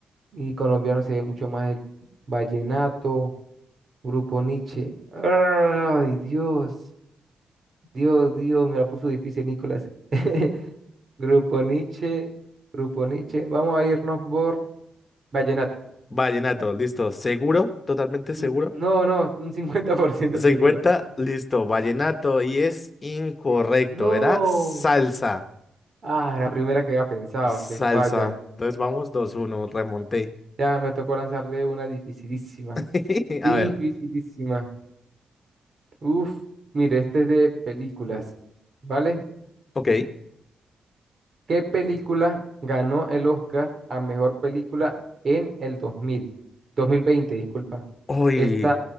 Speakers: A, on the right; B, on the left.
A: Y colombiano se ve mucho más el vallenato, Grupo Nietzsche. Ay, Dios, Dios, Dios, me la puso difícil, Nicolás. <laughs> Grupo Nietzsche, Grupo Nietzsche. Vamos a irnos por Vallenato.
B: Vallenato, listo. ¿Seguro? Totalmente seguro.
A: Mm, No, no, un 50%
B: 50,
A: seguro.
B: listo. Vallenato y es incorrecto.
A: No.
B: Era salsa.
A: Ah, la primera que había pensado,
B: Salsa.
A: que falla.
B: Entonces vamos dos uno. remonté.
A: Ya me tocó lanzarle una dificilísima.
B: <laughs> A
A: Dificilísima.
B: ver,
A: Uf, mire, este es de películas, ¿vale?
B: ok.
A: ¿Qué película ganó el Oscar a mejor película en el dos dos mil dos mil veinte? disculpa.
B: Uy.
A: Está